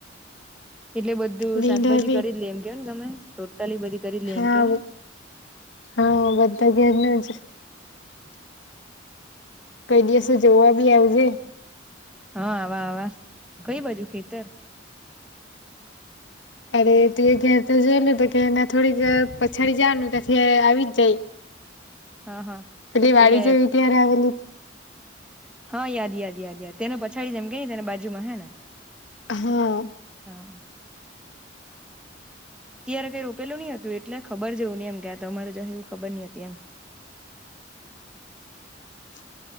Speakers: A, in the centre; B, on the left.
A: એટલે બધું
B: ભીંડા
A: શાકભાજી
B: બી
A: કરી જ લે એમ કે ને તમે? ટોટલી બધી કરી જ લે
B: હા
A: એમ કે ની
B: હા, બધા ઘેરના જ છે.
A: <unintelligible>
B: કઈ દિવસે જોવા બી આવજે.
A: હા, આવા આવા કંઈ બાજુ ખેતર?
B: અરે, તું ક્યા તો જોયેલું તો કે એ થોડીક પછાડી જવાનુ ને આવી જ જાય.
A: હા હા
B: પેલી વાડી
A: એટલે
B: જવી ત્યારે આવેલી.
A: હા, યાદ યાદ યાદ યાદ. તેને પછાડી જેમ કેને, તેને બા બાજુમાં હે ને,
B: હા
A: હા. ત્યારે કંઈ રોપેલું નહીં હતું, એટલે ખબર જવું ને, એમ ક્યા તો, અરે જ એવું ખબર નહીં હતી એમ.
B: <unintelligible>